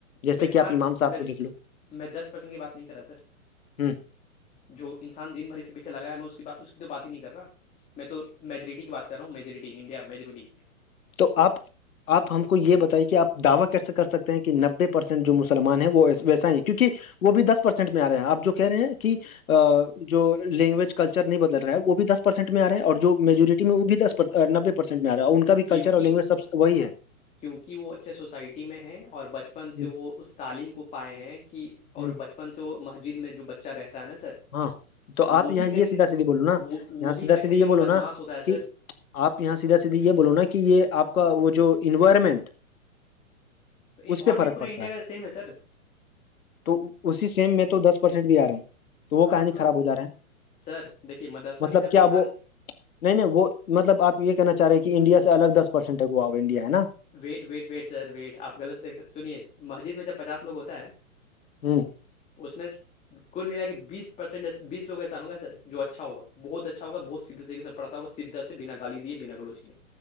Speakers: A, on the left; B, on the left.
A: جیسے
B: میں
A: کہ
B: پانچ
A: آپ امام صاحب
B: میں
A: کو دیکھ لو
B: میں دس پرسینٹ کی بات نہیں کرا سر
A: ہوں
B: جو انسان دن بھر اس کے پیچھے لگیا ہے میں اس اس کی تو بات ہی نہیں کر رہا میں تو میجورٹی کی بات کر رہا ہوں میجوریٹی انڈیا میجوریٹی
A: تو آپ آپ ہم کو یہ بتائیے کہ آپ دعوی کیسے کر سکتے ہیں کہ نبے پرسینٹ جو مسلمان ہیں وہ ویسا ہی ہیں کیونکہ وہ بھی دس پرسینٹ میں آ رہے ہیں آپ جو کہہ رہے ہیں کہ جو لینگویج کلچر نہیں بدل رہا ہے وہ بھی دس پرسینٹ میں آ رہ ہیں اور جو میجوریٹی میں وہ بھی دس نببے پرسینٹ میں آ رہا ہے کا بھی
B: کیونکہ
A: کلچر اور لینگویج سب سے وہی ہے
B: کیونکہ وہ اچھے سوسائٹی میں ہیں اور بچپن
A: ہ
B: سے وہ اس تعلیم کو پائے ہیں کہ اور
A: ہ
B: بچپن سے وہ مسجد میں جو بچہ رہتا ہے نا سر
A: ہاں تو آپ
B: وہ
A: یہاں
B: بھی کہیں
A: یہ
B: نہ
A: سیدھا سیدھھی بولو نا
B: وہ
A: یہاں
B: وہ
A: سیدھا
B: بھی کہیں
A: سیدھا
B: نہ
A: یہ
B: کہیں
A: بولو
B: بدماش
A: نا
B: ہوتا ہے سر
A: کہ آپ یہاں سیدھا سیدھی یہ بولو نا کہ یہ آپ کا وہ جو انوائرمنٹ
B: تو انوائرمنٹ
A: اس پہ فرق
B: پورا
A: پڑتا
B: انڈیا کا سیم ہے سر
A: تو اسی سیم میں تو دس پرسینٹ بھی آ رہے ہیں
B: ہاں
A: تو وہ کہانی
B: ہاں
A: خراب ہو جا رہا ہے
B: سر دیکھیے مدرسہ
A: مطلب
B: میں جب
A: کیا
B: انسان
A: وہ نہیں نہیں وہ مطلب آپ یہ کہنا چاہ رہے ہیں کہ انڈیا سے الگ دس پرسینٹ تک ہوا ہو انڈیا ہے نا
B: wait wait wait sir wait آپ غلط سنیے مسجد میں جب پچاس لوگ ہوتا ہے
A: ہوں
B: اس میں کل م کہ بیس پرسینٹس لوگ ایسا ہوگ سر جو اچھاگ بہت اچھا ہوگا بت سیدھے طریقے سر پڑتا کو سدت سے بنا گالی دیے بنا گلوچ کیے